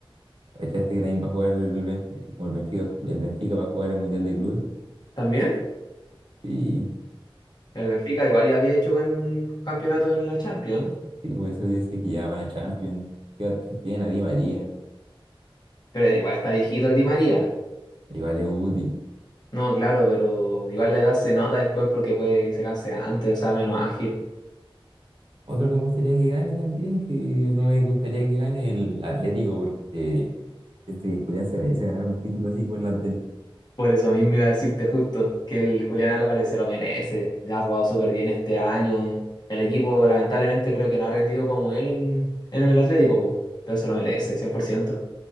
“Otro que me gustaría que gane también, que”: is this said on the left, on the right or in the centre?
Right